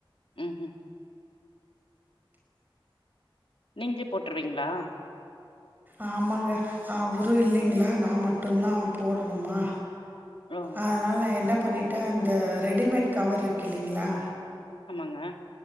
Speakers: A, on the left; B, on the right.
A: ம்ஹூம் நீங்களே போட்ருவீங்களா
B: ஆமாங்க அவரு இல்லைங்களா நா மட்டும்தா போடணுமா
A: ஓ!
B: அதனால நா என்ன பண்ணிட்டே அந்த ரெடிமேட் கவர்ருக்கு இல்லைங்களா
A: ஆமாங்க